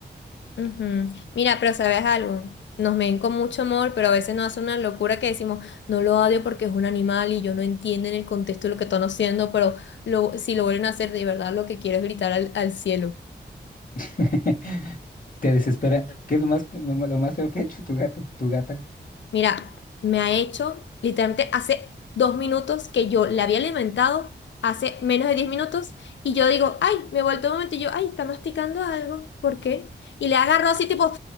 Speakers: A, on the left (about 80°); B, on the left (about 45°).
A: Ujú. Mira, pero ¿sabes algo? Nos ven con mucho amor, pero a veces nos hace una locura que decimos, no lo odio porque es un animal y yo no entiendo en el contexto de lo que están haciendo, pero lo, si lo vuelven a hacer, de verdad lo que quiero es gritar al, al cielo.
B: <laughs> Te desespera. ¿Qué es lo más, lo, ma- lo más feo que ha hecho tu gato, tu gata?
A: Mira, me ha hecho literalmente hace dos minutos que yo la había alimentado, hace menos de diez minutos, y yo digo, ay, me he vuelto un momento, y yo, ay, está masticando algo, ¿por qué? Y le agarró así tipo,